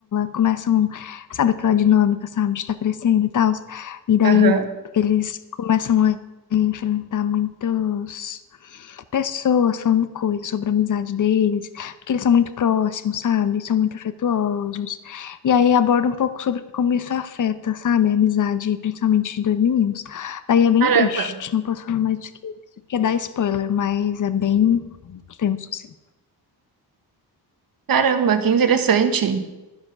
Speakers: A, on the left; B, on the right.
A: começam, sabe aquela dinâmica, sabe, de estar crescendo e tal. E daí
B: Aham.
A: eles começam a enfrentar muitas pessoas falando coisas sobre a amizade deles, porque eles são muito próximos, sabe? São muito afetuosos. E aí aborda um pouco sobre como isso afeta, sabe, a amizade, principalmente de dois meninos. Aí é bem
B: Caramba.
A: triste, não posso falar mais do que isso, porque dá spoiler, mas é bem tenso, assim.
B: Caramba, que interessante.